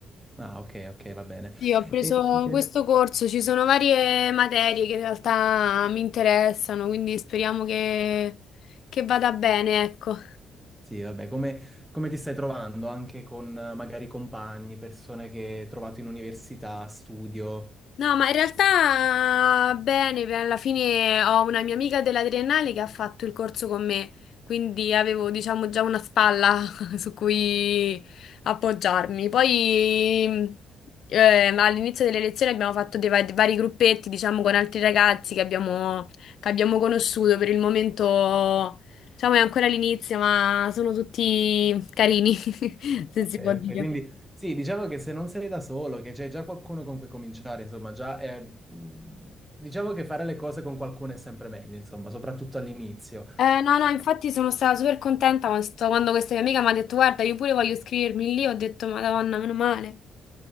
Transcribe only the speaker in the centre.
Ah, ok, ok, va bene.
E, e-
sì, vabbè, come, come ti stai trovando anche con eh, magari compagni, persone che hai trovato in università, studio?
Ok,
ok, quindi sì, diciamo che se non sei da solo, che c'è già qualcuno con cui cominciare, insomma, già è- mh, diciamo che fare le cose con qualcuno è sempre meglio, insomma, soprattutto all'inizio.